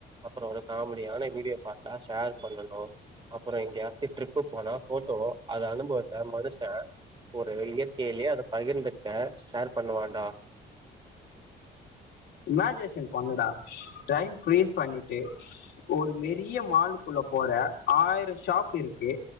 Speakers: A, on the right; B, on the left.
A: அப்புறம் ஒரு காமெடியான வீடியோ பார்த்தா ஷேர் பண்ணணும் அப்புறம் இங்க ட்ரிப்பு போனா போட்டோ அது அனுபவத்த மனுஷன் ஒரு இயற்கையிலேயே அது பகிர்ந்துக்க ஷேர் பண்ணுவாண்டா
B: இமேஜினேஷன் பன்னுடா டைம் ஃபிரிஸ்
A: ம்,
B: பண்ணிட்டு ஒரு
A: ம்,
B: நெறய மால் ள்ள போற ஆயிரம் ஷாப் இருக்கு